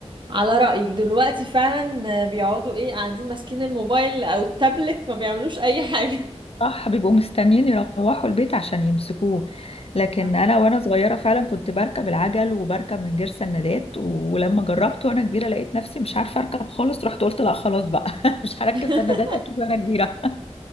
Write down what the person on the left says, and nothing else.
صح بيبقوا مستنيين يروحوا البيت عشان يمسكوه لكن
انا وانا صغيره فعلا كنت بركب العجل وبركب من غير سندات ولما جربت وانا كبيره لقيت نفسي مش عارفه اركب خالص رحت قلت لا خلاص بقى <laughs> مش هركب
سندات اكيد وانا كبيره